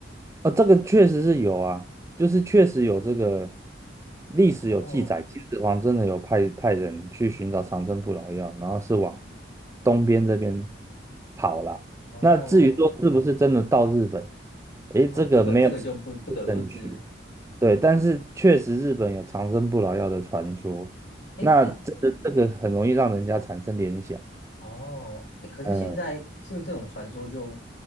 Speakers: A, on the right; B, on the left.
A: 呃，这个确实是有啊，就是确实有这个历史有记载，
B: 哦
A: 秦始皇真的有派派人去寻找长生不老药，然后是往东边这边跑了。
B: 哦
A: 那至于说是不是真的到日本，诶，
B: 哦，
A: 这个没有实质的证据。
B: 这个这个就不不得而知。
A: 对，但是确实日本有长生不老药的传说，
B: 哎，
A: 那这个这个很容易让人家产生联想。
B: 但哦哎，可是现在是不是这种传说就
A: 嗯、